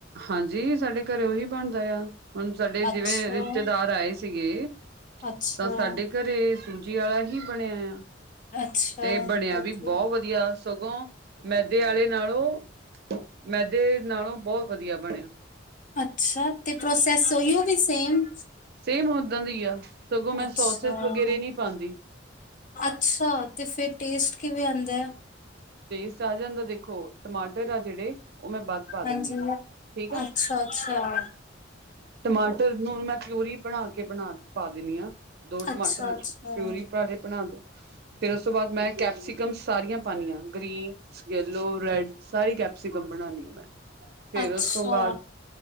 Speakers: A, on the right; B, on the left.
A: ਹਾਂਜੀ ਸਾਡੇ ਘਰੇ ਵੀ ਬਣਦਾ ਆ ਹੁਣ ਸਾਡੇ ਜਿਵੇਂ
B: ਅੱਛਾ
A: ਰਿਸ਼ਤੇਦਾਰ ਆਏ ਸੀਗੇ
B: ਅੱਛਾ
A: ਤਾਂ ਸਾਡੇ ਘਰੇ ਸੂਜੀ ਵਾਲਾ ਹੀ ਬਣਿਆ ਆ
B: ਅੱਛਾ
A: ਤੇ ਬਣਿਆ
B: ਓਕੇ,
A: ਵੀ ਬਹੁਤ ਵਧੀਆ ਸਗੋ ਮੈਦੇ ਆਲੇ ਨਾਲੋਂ ਮੈਦੇ ਨਾਲੋਂ ਬਹੁਤ ਮੈਦੇ ਵਧੀਆ ਬਣਿਆ
B: ਅੱਛਾ ਤੇ ਪ੍ਰੋਸੈਸ ਉਹੀ ਨੇ ਸੇਮ
A: ਸੇਮ ਉੱਦਾਂ ਦੀ ਆ ਸਗੋਂ ਮੈਂ
B: ਅੱਛਾ
A: ਸੋਸਸ ਵਗੈਰੇ ਨਹੀਂ ਪਾਉਂਦੀ
B: ਅੱਛਾ ਤੇ ਫਿਰ ਟੇਸਟ ਕਿਵੇਂ ਆਉਂਦਾ ਹੈ
A: ਟੇਸਟ ਆ ਜਾਂਦਾ ਦੇਖੋ ਟਮਾਟਰ ਆ ਜਿਹੜੇ ਉਹ ਮੈਂ ਵੱਧ ਪਾ
B: ਹਾਂਜੀ,
A: ਦਿੰਦੀ ਹਾਂ ਠੀਕ ਆ
B: ਅੱਛਾ ਅੱਛਾ,
A: ਟਮਾਟਰ ਨੂੰ ਮੈਂ ਪਿਊਰੀ ਬਣਾ ਕੇ ਬਣਾ ਪਾ ਦਿੰਦੀ ਹਾਂ ਦੋ ਟਮਾਟਰ
B: ਅੱਛਾ ਅੱਛਾ,
A: ਪਿਊਰੀ ਪਾਕੇ ਬਣਾ ਦੋ ਫਿਰ ਉਸ ਤੋਂ ਬਾਅਦ ਮੈਂ ਕੈਪਸੀਕਮ ਸਾਰੀਆਂ ਪਾਣੀਆਂ ਗ੍ਰੀਨ ਯਲੋ ਰੈਡ ਸਾਰੀ ਕੈਪਸਿਕਮ ਬਣਾਉਣ ਆ ਮੈਂ ਫੇਰ
B: ਅੱਛਾ-
A: ਉਸ ਤੋਂ ਬਾਅਦ